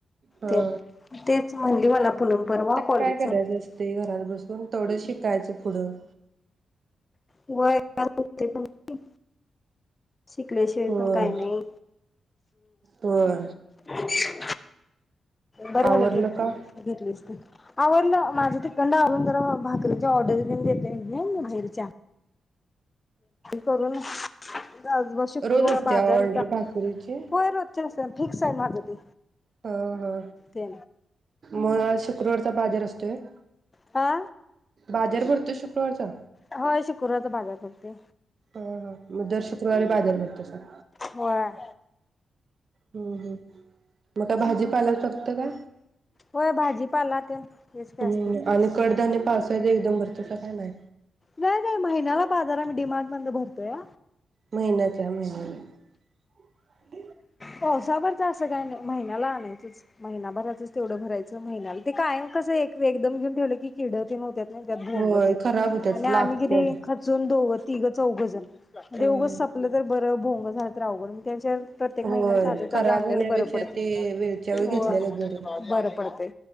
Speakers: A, on the right (about 45°); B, on the left (about 20°).
A: हा
B: ते तेच म्हणली मला पुनम परवा
A: आता
B: कॉलेज
A: काय करायचं
B: चालू
A: असते घरात बसून. पन तेवड शिकायचं पुढं.
B: व्हय <unintelligible> शिकल्याशिवय
A: होय
B: पण काय नई.
A: होय
B: हम् बरं
A: आवरलं
B: झालं घे
A: का
B: घेतलीस ते. आवरलं माझ तिकडं आलो जरा भाकरीच्या ऑर्डरी तेन घेतोय नई मी भहीरच्या. करूून जा आजवार शुक्रवार
A: रोज असते
B: बाजार
A: ऑर्डर
B: हुता.
A: भाकरीची
B: होय रोजच्या अशा फीक्स हाय माझं ते.
A: ह ह
B: ते
A: मग आज शुक्रवारचा बाजार असतोय व्हय?
B: हा
A: बाजार भरतोय शुक्रवारचा?
B: होय शुक्रवारचा बाजार भरते ते
A: हा हा मग दर शुक्रवारी बाजार भरतो स
B: व्हय
A: हम्म हम्म मग काय भाजीपाला फक्त का
B: होय भाजीपाला तेन हेचका
A: हम्म
B: अस्तच.
A: आणि कडधान्य पावसाळ्यात एकदम भारतायसा काय नाय?
B: नाही नाही महिन्याला बा जरा आमी डिमार्ट मधन भरतोया
A: मेहनत त्या महिन्याने
B: पावसाळा भरच असं काय नाही. महिन्याला आणायचंच महिनाभराचच तेवढं भरायचं महिन्याला ते कायम कसं एकदम घेऊन ठेवलं की किड तेन होत्या हुत्यात नई त्यात
A: होय
B: भोंग तेन
A: खराब होतात
B: आणि आम्ही
A: लाकड
B: किती खचून दोघं तिघ चौघजन
A: हम्म
B: ते उगच संपलं तर झाल तर अवघड च मग त्यापेक्षा प्रत्येक महिन्याला
A: होय
B: ताज
A: खराब
B: ताज आणलेल
A: होण्यापेक्षा
B: बरं पडते.
A: ते वेळच्या वेळी
B: व्हय
A: घेतलेलं बरं
B: बरं पडते